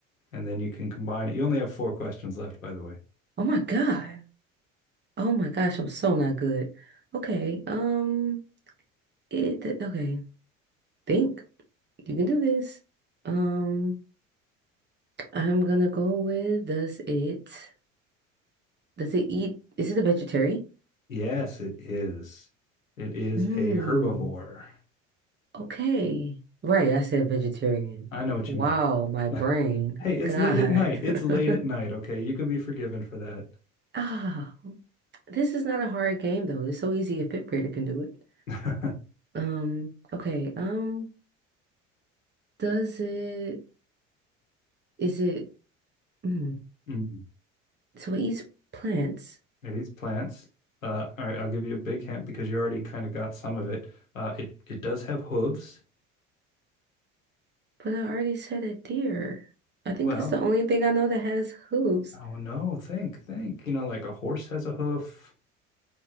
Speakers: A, on the left; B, on the right.
A: And then you can combine it. You only have four questions left, by the way.
B: Oh my God. Oh my gosh, I'm so not good. Okay, um, it, okay, think. You can do this. Um, I'm gonna go with does it, does it eat, is it a vegetarian?
A: Yes, it is. It is
B: Hmm.
A: a herbivore.
B: Okay. Right, I said vegetarian.
A: I know what
B: Wow,
A: you meant.
B: my brain.
A: <laughs> Hey, it's
B: God.
A: late at night. It's late
B: <laughs>
A: at night. Okay, you can be forgiven for that.
B: Ah, this is not a hard game though. It's so easy a fifth grader can do it.
A: <laughs>
B: Um, okay. Um, does it is it mm,
A: Mm.
B: so it eats plants,
A: It eats plants. Uh, all right, I'll give you a big hint because you already kind of got some of it. Uh, it it does have hooves.
B: but I already said a deer. I think
A: Well,
B: that's the only thing I know that has hooves.
A: oh no, think, think. You know, like a horse has a hoof.